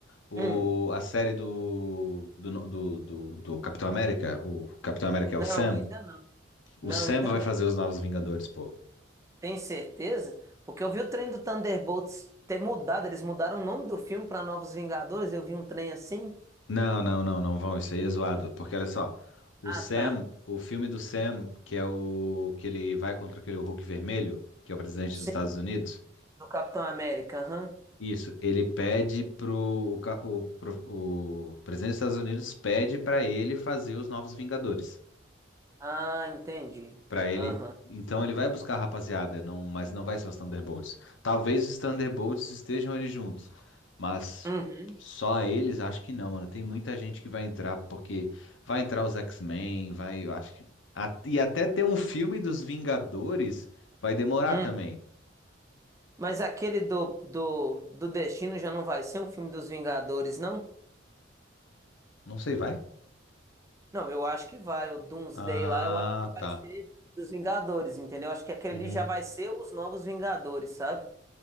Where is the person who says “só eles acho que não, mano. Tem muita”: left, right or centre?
Left